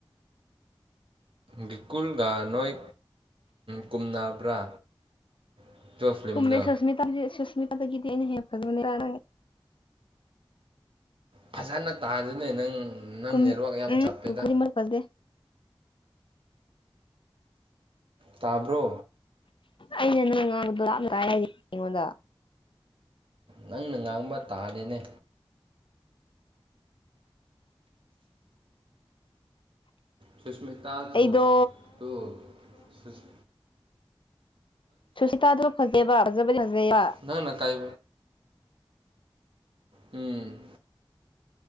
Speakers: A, on the right; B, on the left.
A: ꯕꯤꯀꯨꯜꯒ ꯅꯣꯏ ꯀꯨꯝꯅꯕ꯭ꯔꯥ ꯑꯗꯨ ꯐꯤꯂꯝꯗꯣ
B: ꯀꯨꯝꯦ ꯁꯁꯃꯤꯇꯥ ꯁꯁꯃꯤꯇꯥꯗꯒꯤꯗꯤꯅꯦ ꯍꯦ ꯐꯅꯤ
A: ꯐꯖꯅ ꯇꯥꯖꯅꯦ ꯅꯪ ꯅꯪ
B: ꯀꯨꯝ
A: ꯅꯦꯠꯋꯥꯛ ꯌꯥꯝ
B: ꯎꯝ
A: ꯆꯞꯄꯦꯗ
B: ꯀꯨꯀꯨꯗꯤ ꯃꯔꯛ ꯐꯖꯗꯦ
A: ꯇꯥꯕ꯭ꯔꯣ
B: ꯑꯩꯅ ꯅꯪ ꯉꯥꯡꯕꯗꯣ ꯂꯥꯞꯅꯉꯥꯏ ꯂꯩꯔꯤ ꯑꯩꯉꯣꯟꯗ
A: ꯅꯪꯅ ꯉꯥꯡꯕ ꯇꯥꯔꯦꯅꯦ ꯁꯨꯁꯃꯤꯇꯥꯗꯨ
B: ꯑꯩꯗꯣ
A: ꯗꯨ ꯁꯨꯁ
B: ꯁꯨꯁꯃꯤꯇꯥꯗꯨ ꯐꯖꯩꯌꯦꯕ ꯐꯖꯕꯗꯤ ꯐꯖꯩꯌꯦꯕ꯫
A: ꯅꯪꯅ ꯀꯩ ꯎꯝ꯫